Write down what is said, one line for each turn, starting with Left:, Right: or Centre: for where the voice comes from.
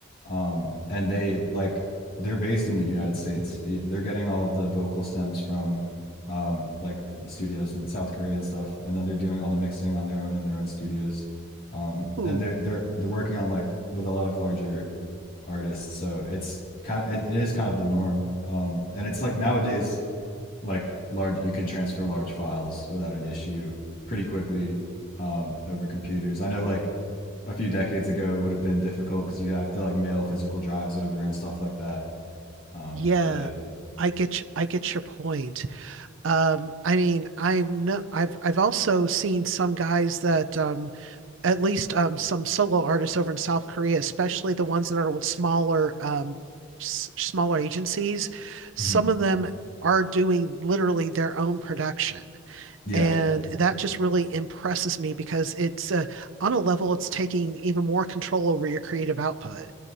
Left: um, and they like they're based in the United States. I- They're getting all of the vocal stems from um, like studios in South Korea and stuff, and then they're doing all the mixing on their own in their own studios. Um,
Right: Ooh,
Left: and they're they're they're working on like with a lot of larger artists, so it's kind it, it is kind of the norm. Um, and it's like nowadays like large you can transfer large files without an issue pretty quickly um, over computers. I know like a few decades ago it would have been difficult because you have to like mail physical drives over and stuff like that. Um,
Right: yeah,
Left: but yeah,
Right: I get you, I get your point. Um, I mean, I know I've I've also seen some guys that um, at least um, some solo artists over in South Korea, especially the ones that are with smaller um, s- smaller agencies. Some
Left: hmm
Right: of them are doing literally their own production.
Left: yeah,
Right: And that just really impresses me because it's uh, on a level it's taking even more control over your creative output.